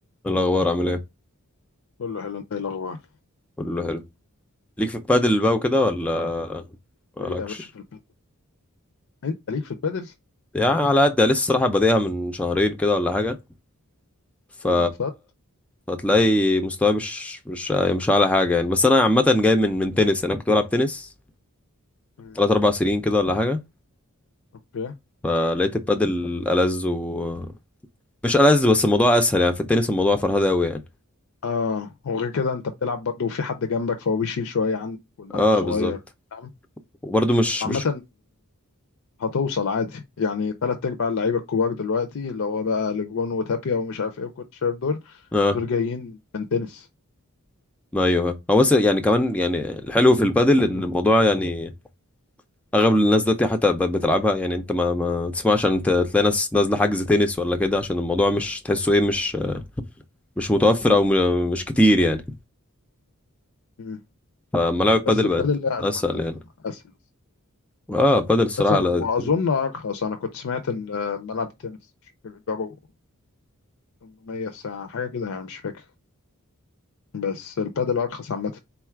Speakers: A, in the centre; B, on the left.
A: الأخبار عامل إيه؟
B: كله حلو انت ايه الاخبار
A: كله حلو ليك في البادل بقى وكده ولا مالكش؟
B: ايه يا باشا في البدل انت ليك في البدل
A: يعني على قد يعني لسه الصراحة بادئها من شهرين كده ولا حاجة ف
B: ايه انبسطت
A: هتلاقي مستواي مش مش مش أعلى حاجة يعني بس أنا عامة جاي من من تنس أنا كنت بلعب تنس
B: مم.
A: تلات أربع سنين كده ولا حاجة
B: اوكي <clears throat>
A: فلقيت البادل ألذ و مش ألذ بس الموضوع أسهل يعني في التنس الموضوع فرهدة أوي يعني
B: اه وغير كده انت بتلعب برضه وفي حد جنبك فهو بيشيل شويه عنك والملعب
A: اه
B: صغير
A: بالظبط
B: فاهم
A: وبرده مش
B: عامه
A: مش
B: هتوصل عادي يعني تلات ارباع اللعيبه الكبار دلوقتي اللي هو بقى ليبرون وتابيا ومش عارف ايه وكل شايف دول
A: اه
B: دول جايين من تنس
A: ايوه هو بس يعني كمان يعني الحلو في البادل ان الموضوع يعني اغلب الناس دلوقتي حتى ب- بتلعبها يعني انت ما ما تسمعش عشان ت- تلاقي ناس نازله حجز تنس ولا كده عشان الموضوع مش تحسه ايه مش مش متوفر او م- مش كتير يعني
B: مم.
A: فملاعب بادل
B: بس البادل
A: بقت
B: لا
A: اسهل
B: البادل
A: يعني
B: اسهل
A: اه بادل الصراحه
B: اسهل
A: لا-
B: واظن ارخص انا كنت سمعت ان ملعب التنس مش فاكر، ايجاره 800 الساعة حاجة كده يعني مش فاكر بس البادل أرخص عامة